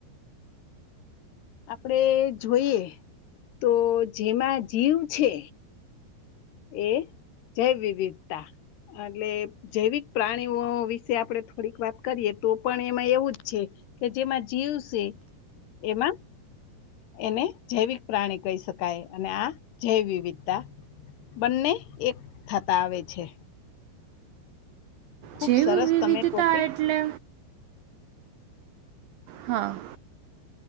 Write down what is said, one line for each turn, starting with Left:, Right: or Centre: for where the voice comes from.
Left: આપડે જોઈએ તો, જેમાં જીવ છે. એ જૈવવિધતા એટલે. જૈવિક પ્રાણીઓ વિશે આપણે થોડીક વાત કરીએ, તો પણ એમાં એવું જ છે. કે જેમાં જીવ છે, એમાં. એને જૈવિક પ્રાણી કહી શકાય, અને આ જૈવ વિવિધતા બંને થતા આવે. ખૂબ
Right: જેવ
Left: સરસ
Right: વિવિધતા
Left: તમે ટોપિક
Right: એટલે. હા.